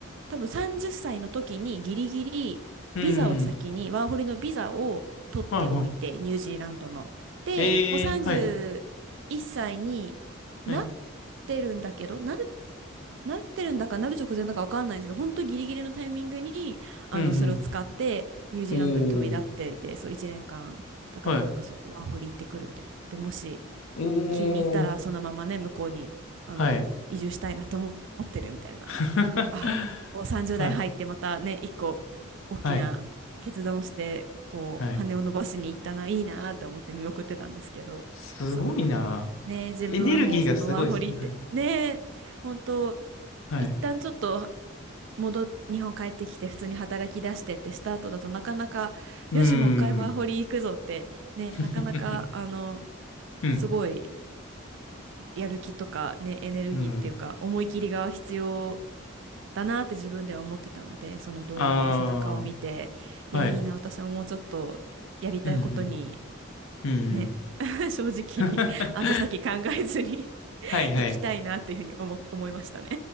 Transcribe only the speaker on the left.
うん、
はい、はい。
ええ、
はい、はい。
うん、
うん。おー、
はい。
お
ー、はい。<laughs> はい、
はい、はい。すごいな。
エネルギーがすごいですね。はい、はい。
うーん。<laughs> うん、
<laughs> うん。
ああ、
はい。
うん、うん、うんうん。
<laughs>
はい、はい。